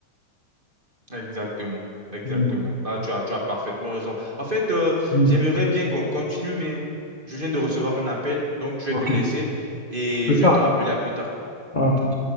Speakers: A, on the right; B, on the left.
A: Exactement. Exactement.
B: Voilà.
A: Là, tu as, tu as parfaitement raison. En fait, euh,
B: Mm.
A: j'aimerais bien qu'on continue, mais je viens de recevoir un appel, donc je vais
B: Ok,
A: te laisser et
B: c'est
A: je vais te rappeler à plus tard.
B: tard.